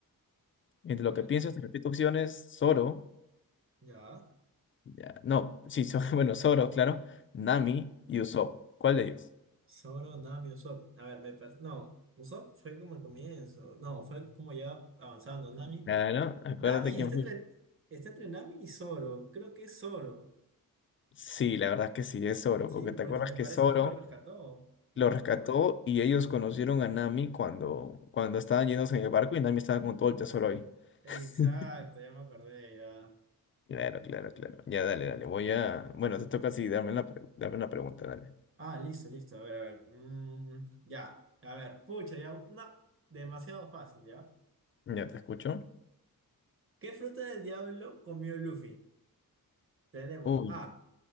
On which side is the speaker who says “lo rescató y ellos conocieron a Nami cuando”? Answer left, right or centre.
Left